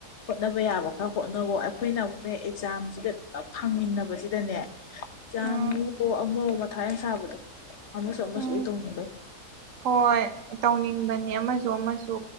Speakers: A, on the left (about 50°); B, on the right (about 60°).
A: ꯍꯣꯠꯅꯕ ꯌꯥꯕ ꯈꯔ ꯍꯣꯠꯅꯒꯣ, ꯑꯩꯈꯣꯏꯅ ꯑꯃꯨꯛꯅꯦ ꯑꯦꯛꯖꯥꯝꯖꯤꯒ ꯄꯨꯂꯞ ꯐꯪꯃꯤꯟꯅꯕꯖꯤ ꯗꯅꯦ ꯖꯥꯝꯑꯣ
B: ꯎꯝ
A: ꯑꯃ ꯃꯨꯛ ꯃꯊꯥ ꯌꯥꯝ ꯁꯥꯕꯗꯣ꯫ ꯑꯃꯁꯨ ꯑꯃꯁꯨ
B: ꯎꯝ
A: ꯂꯣꯏ ꯇꯧꯅꯕꯥꯩ꯫
B: ꯍꯣꯏ ꯇꯧꯅꯤꯡꯕꯅꯦ ꯑꯃꯖꯨ ꯑꯃꯖꯨ